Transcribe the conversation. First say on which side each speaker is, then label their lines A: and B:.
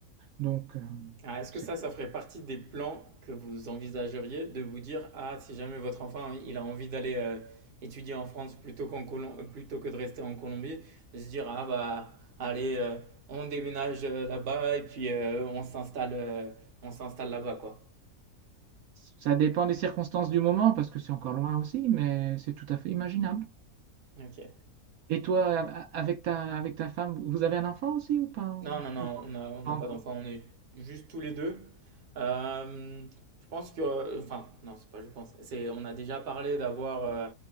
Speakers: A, on the right; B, on the right.
A: Donc, euh,
B: Ah, est-ce que
A: c'est-
B: ça, ça ferait partie des plans que vous envisageriez de vous dire, ah, si jamais votre enfant, il a envie d'aller euh, étudier en France plutôt qu'en Colom- euh, plutôt que de rester en Colombie, de se dire, ah, bah, allez, euh, on déménage euh, là-bas et puis euh, on s'installe euh, on s'installe là-bas, quoi.
A: ça dépend des circonstances du moment, parce que c'est encore loin aussi, mais c'est tout à fait imaginable.
B: Ok.
A: Et toi, a- a- avec ta, avec ta femme, vous avez un enfant aussi ou pas?
B: Non, non, non,
A: Ou
B: on n'a on n'a
A: pas encore
B: pas d'enfant, on est juste tous les deux. Euh, je pense que, enfin, non, c'est pas je pense, c'est, on a déjà parlé d'avoir euh,